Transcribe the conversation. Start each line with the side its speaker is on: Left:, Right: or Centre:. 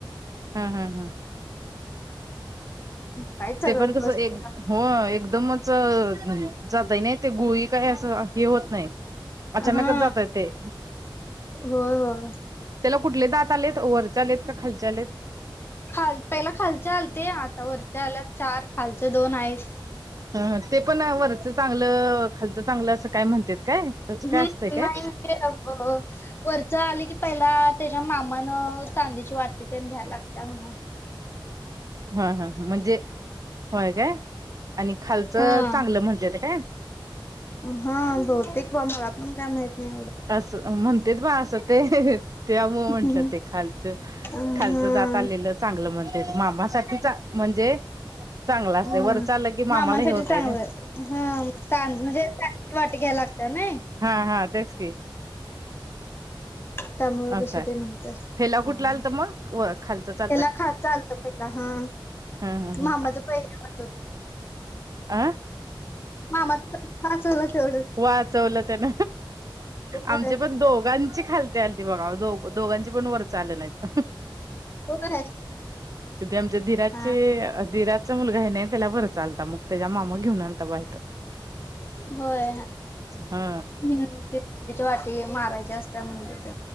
Right: हा, हा, हा
Left: काय सगळत
Right: ते पण कसं
Left: बसते
Right: एक, हो एकदमच नाही जातय नयी ते गुळी काय असं हे होत नाही
Left: हा
Right: अचानकच जातय ते
Left: होय, होय
Right: त्याला कुठले दात आलेत, वरचे आलेत का खालचे आलेत?
Left: खाल, पहिला खालचे आलते, आता वरचे आल्यात चार खालचे दोन आहेत.
Right: अ ते पण वरचं चांगलं, खालचं चांगलं असं काय म्हणत्यात काय? तसं
Left: हम्म
Right: काय असतंय काय
Left: नाही म्हणजे अगं वरच आली की पहिला त्येच्या मामानं चांदीची वाटी तेन घ्याय लागत्या म्हण.
Right: हा, हा म्हणजे होय काय आणि खालचं
Left: हा
Right: चांगलं म्हणतेेत काय?
Left: हा बहुतेक बा मला पण काय माहित नाही एवढं
Right: अस, म्हणतेेत बा असं ते त्यामुळं म्हंटलं
Left: ह
Right: ते खालचं,
Left: हा
Right: खालचं दात आलेलं चांगलं म्हणत्यात, मामासाठी चा म्हणजे चांगलं असतंय
Left: हम्म,
Right: वरच आलं की
Left: मामांसाठी
Right: मामाला हे होतंय
Left: चांगलं
Right: ना
Left: हा म्हणजे वाटी घ्याय लागतीया नय
Right: हा हा तेच की
Left: त्यामुळ
Right: असं
Left: तसं
Right: आहे
Left: ते म्हणत असतं
Right: फेला कुठला आलता मग व खालचं चा
Left: त्याला खात चालत पहिला हा,
Right: हं हं हं
Left: मामाचं पैत होत.
Right: आ.
Left: मामा च मग असलं ना तेवढंच.
Right: वाचवलं त्यान,
Left: होय
Right: आमचे पण दोघां ची खालती आलती बघा. दो दोघांची पण वरच आलं नाहीत.
Left: होय
Right: ते आमच्या धीराचे
Left: हा
Right: धीरात चा मुलगा आहे नाही. त्याला भुराचा चालता, मग त्याच्या मामा घेऊन आलता बा इथ.
Left: होय.
Right: हा
Left: हम्म, चटणीची वाटी मारायची असत्या म्हणलीत.